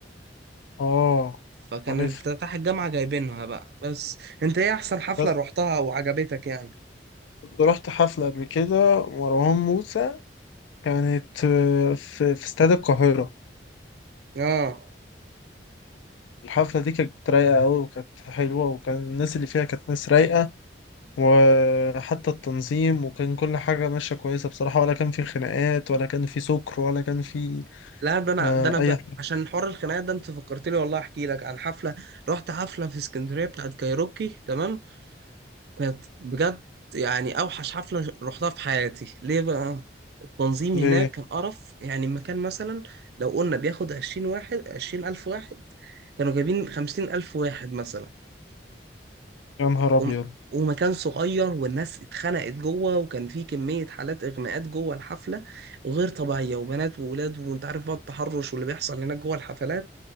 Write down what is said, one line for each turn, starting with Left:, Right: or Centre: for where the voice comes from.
Left: اه
Right: فكان
Left: عارف
Right: افتتاح الجامعة جايبينها بقى بس انت ايه احسن حفلة
Left: بس
Right: روحتها وعجبتك يعني
Left: كنت رحت حفله قبل كده مروان موسى كانت آه، في في استاد القاهره
Right: اه
Left: الحفله دي كانت رايقه قوي وكانت حلوه وكان الناس اللي فيها كانت ناس رايقه وحتى التنظيم وكان كل حاجة ماشية كويسة بصراحة ولا كان في خناقات ولا كان في سكر ولا كان في
Right: لا ده انا
Left: آه،
Right: ده انا ب...
Left: أي حاجة
Right: عشان حوار الخناقات ده انت فكرتني والله احكي لك عن حفله رحت حفله في اسكندريه بتاعت كايروكي تمام كانت بجد يعني اوحش حفله رحتها في حياتي ليه بقى التنظيم
Left: ليه؟
Right: هناك كان قرف يعني المكان مثلا لو قلنا بياخد 20 واحد 20 الف واحد كانوا جايبين 50 الف واحد مثلا
Left: يا نهار أبيض
Right: وم... ومكان صغير والناس اتخنقت جوه وكان في كمية حالات إغماءات جوه الحفلة غير طبيعية وبنات وولاد وانت عارف بقى التحرش واللي بيحصل هناك جوه الحفلات